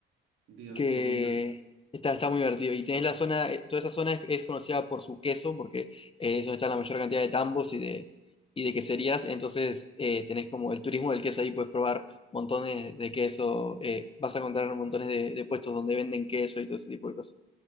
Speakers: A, on the right; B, on the left.
A: Dios,
B: que
A: qué lindo.
B: está, está muy divertido. Y tenés la zona, eh, toda esa zona es, es conocida por su queso, porque eh, es donde está la mayor cantidad de tambos y de, y de queserías, entonces eh, tenés como el turismo del queso ahí, puedes probar montones de queso, eh, vas a encontrar montones de, de puestos donde venden queso y todo ese tipo de cosas.